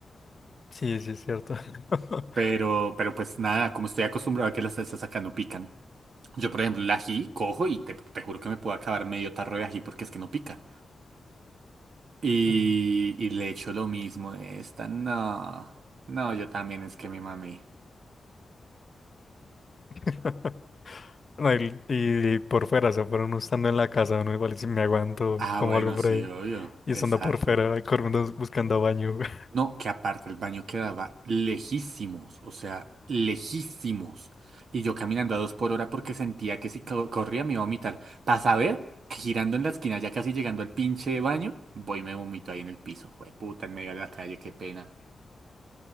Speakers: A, on the left; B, on the right.
A: Sí, sí, es cierto. <laughs>
B: Pero, pero pues nada, como estoy acostumbrado a que las salsas acá no pican. Yo, por ejemplo, el ají cojo y te, te juro que me puedo acabar medio tarro de ají porque es que no pica. Y,
A: Mm.
B: y le echo lo mismo de esta. No, no, yo también es que mi mami.
A: <laughs> No, y, y por fuera, o sea, por uno estando en la casa, uno igual si me aguanto
B: Ah,
A: como
B: bueno,
A: algo por
B: sí,
A: ahí.
B: obvio.
A: Y estando
B: Exacto.
A: por fuera, corriendo buscando baño. <laughs> güey.
B: No, que aparte el baño quedaba lejísimos, o sea, lejísimos. Y yo caminando a dos por hora porque sentía que si co- corría me iba a vomitar. Para saber que girando en la esquina, ya casi llegando al pinche baño, voy y me vomito ahí en el piso. puta, en medio de la calle, qué pena.